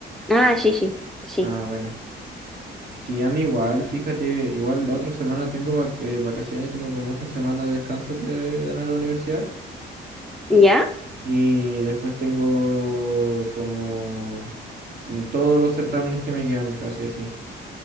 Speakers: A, in the centre; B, on the right.
A: Ah, sí, sí, sí.
B: Ah, bueno. Sí, a mí igual, fíjate, igual la otra semana tengo vac- eh, vacaciones, tengo como esta semana de descanso que dan a la universidad
A: ¿Ya?
B: y después tengo como mm, todos los certámenes que me quedan casi así.